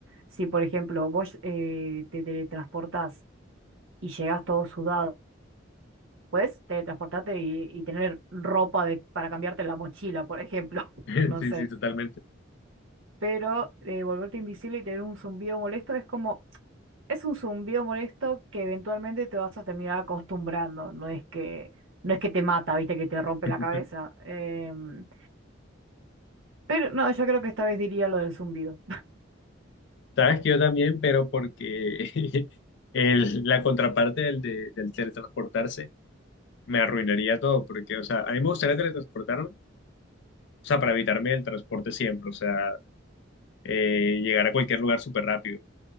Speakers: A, on the right; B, on the left.
A: si por ejemplo vos eh, te teletransportás y llegas todo sudado, puedes teletransportarte y, y tener ropa de, para cambiarte la mochila, por ejemplo, <laughs>
B: <laughs>
A: no
B: Sí,
A: sé.
B: sí, totalmente.
A: Pero eh, volverte invisible y tener un zumbido molesto es como, es un zumbido molesto que eventualmente te vas a terminar acostumbrando, no es que, no es que te mata, viste, que te rompe
B: <laughs>
A: la cabeza. Em, pero no, yo creo que esta vez diría lo del zumbido.
B: Sabes que yo también, pero porque <laughs> el- la contraparte del, de- del teletransportarse me arruinaría todo, porque, o sea, a mí me gustaría teletransportarme, o sea, para evitarme el transporte siempre, o sea, eh, llegar a cualquier lugar súper rápido.